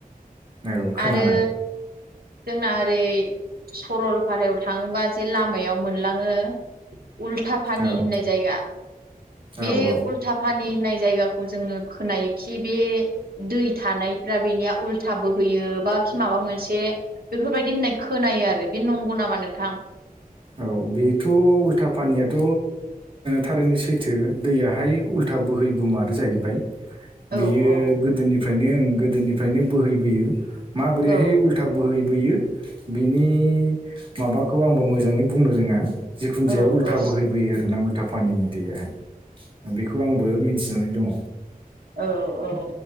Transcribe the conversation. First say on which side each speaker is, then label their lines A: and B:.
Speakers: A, on the right (about 35°); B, on the right (about 80°).
A: औ खोनानाय
B: आरो जोंना ओरै सरलफारायाव थाङोबा जे लामायाव मोनलाङो उल्था फानि
A: औ
B: होननाय जायगा बे
A: औ औ
B: उल्था फानि होननाय जायगाख खौ जोङो खोनायोखि बे दै थानायफ्रा बेनिया उल्था बो होयो बा खि माबा मोनसे बेफोरबायदि होननाय खोनायो आरो बे नंगौ नामा नोंथां?
A: औ बेथ' उल्था पानियाथ' थारैनो सैथो दैयाहाय उल्था था बोहै बोमारो जाहैबाय बियो
B: औ औ
A: गोदोनिफ्रायनो ओं गोदोनिफ्रायनो बोहैबोयो माबोरैहाय
B: औ
A: उल्था बोहैबोयो बिनि माबाखौ आंबो मोजाङै बुंनो रोङा जिखुनु जाया
B: औ
A: उल्था
B: औ
A: बोहैबोयो आरोना उल्था पानिनि दैयाहाय बेखौ आंबो मिथिनानै दङ
B: औ औ